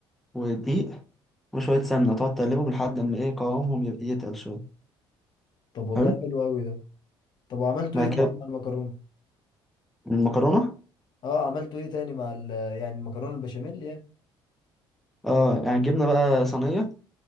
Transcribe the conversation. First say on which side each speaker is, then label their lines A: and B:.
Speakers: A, in the centre; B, on the left.
A: ودقيق وشويه سمنه تقعد تقلبهم لحد ما ايه قوامهم ي- يتقل شويه
B: طب والله
A: حلو
B: حلو قوي ده، طب وعملتوا
A: بعد
B: ايه تاني
A: كده
B: مع المكرونة؟
A: المكرونه
B: اه عملتوا ايه تاني مع ال يعني المكرونة البشاميل يعني؟
A: اه يعني جبنا بقى صينيه